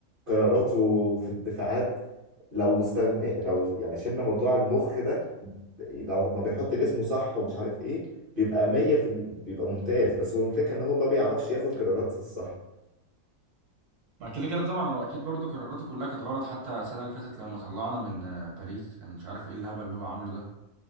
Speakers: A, on the right; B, on the right.
A: قراراته في الدفاعات لو استغنى لو يعني شلنا موضوع المخ ده لو ما بيحط جسمه صح ومش عارف ايه بيبقى 100 في الم... بيبقى ممتاز بس هو الفكره ان هو ما بيعرفش ياخد قرارات الصح
B: ما كده كده طبعا هو اكيد برضه قراراته كلها كانت غلط حتى السنه اللي فاتت لما طلعنا من آه، باريس كان مش عارف ايه الهبل اللي هو عمله ده